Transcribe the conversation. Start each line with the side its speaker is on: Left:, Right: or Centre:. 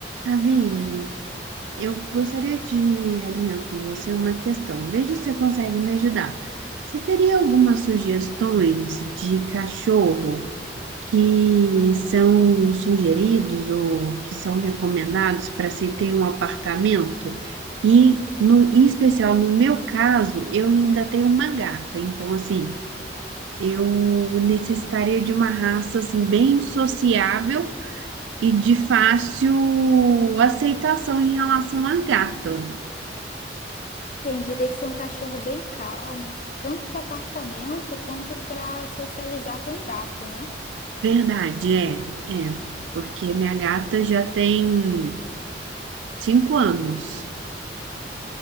Right: Ravine, eu gostaria de alinhar com você uma questão. Veja se você consegue me ajudar. Você teria algumas sugestões de cachorro que são sugeridos ou que são recomendados para se ter um apartamento? E, no, em especial, no meu caso, eu ainda tenho uma gata. Então, assim, eu necessitaria de uma raça assim, bem sociável e de fácil aceitação em relação à gata.
Left: Entendi, tem que ser um cachorro bem calmo, tanto para apartamento quanto para socializar com o gato, né?
Right: Verdade, é, é. Porque minha gata já tem cinco anos.